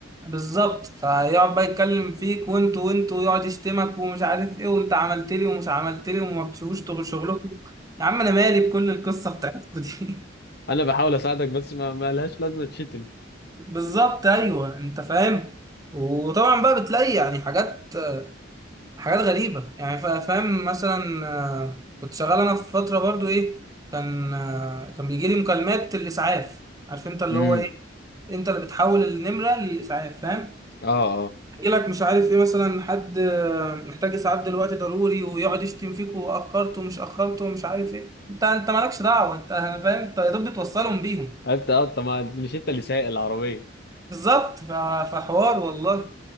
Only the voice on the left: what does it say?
انا بحاول اساعدك بس ما ما لهاش لازمة تشتم
امم
اه اه
انت اه انت ما مش انت اللي سايق العربيه